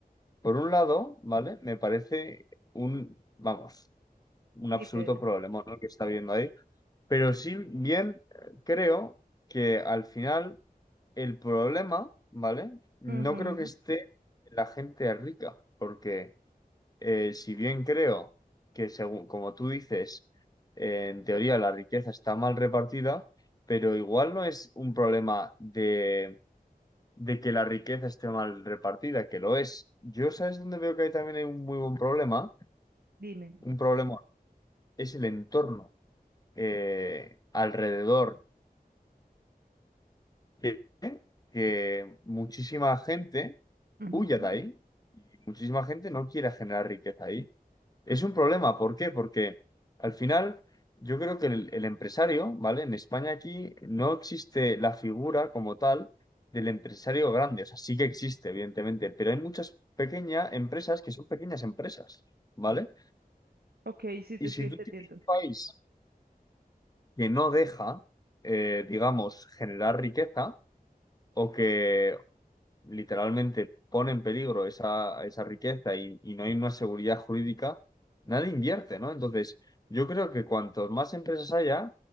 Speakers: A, on the left (about 25°); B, on the right (about 80°).
A: por un lado, ¿vale? Me parece un, vamos, un
B: Dime,
A: absoluto
B: dime.
A: problema, ¿no? que está viendo ahí, pero sí bien eh, creo que al final el problema, ¿vale? No
B: Ujú,
A: creo que esté en la gente rica, porque eh, si bien creo que, según como tú dices, eh, en teoría la riqueza está mal repartida, pero igual no es un problema de, de que la riqueza esté mal repartida, que lo es. Yo, ¿sabes dónde veo que hay también hay un muy buen problema?
B: Dime.
A: Un problema es el entorno eh, alrededor, que, que muchísima gente
B: Ujú.
A: huya de ahí y muchísima gente no quiere generar riqueza ahí. Es un problema, ¿por qué? Porque al final yo creo que el, el empresario, ¿vale? En España aquí no existe la figura como tal del empresario grande, o sea, sí que existe, evidentemente, pero hay muchas pequeñas empresas que son pequeñas empresas, ¿vale?
B: Ok, sí,
A: Y
B: te
A: si
B: estoy entendiendo.
A: tú tienes un país que no deja, eh, digamos, generar riqueza o que, literalmente pone en peligro esa, esa riqueza y, y no hay una seguridad jurídica, nadie invierte, ¿no? Entonces, yo creo que cuantos más empresas haya,